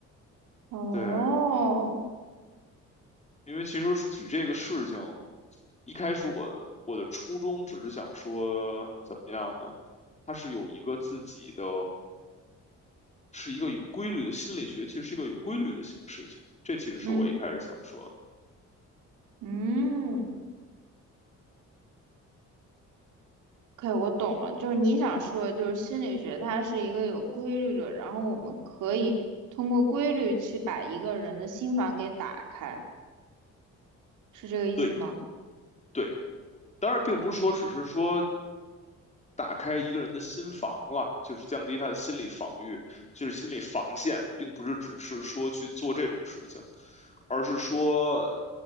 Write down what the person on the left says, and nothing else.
对，因为其实举这个事情，一开始我的我的初衷只是想说，怎么样呢？它是有一个自己的。是一个有规律的心理学，其实是一个有规律的形事情。这其实是我一开始想说的，
对的，对的当然，并不是说只是说打开一个人的心房了，就是降低他的心理防御，就是心理防线，并不是只是说去做这种事情，而是说